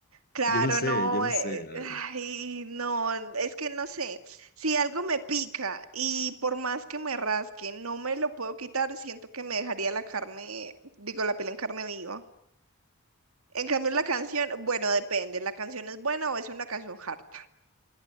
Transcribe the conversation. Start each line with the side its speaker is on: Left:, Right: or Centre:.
Right: Claro,
Left: Yo no sé,
Right: no,
Left: yo no
Right: eh,
Left: sé, la verdad.
Right: ay, no, es que no sé, si algo me pica y por más que me rasque, no me lo puedo quitar, siento que me dejaría la carne, digo, la piel en carne viva. En cambio, la canción, bueno, depende, ¿la canción es buena o es una canción harta?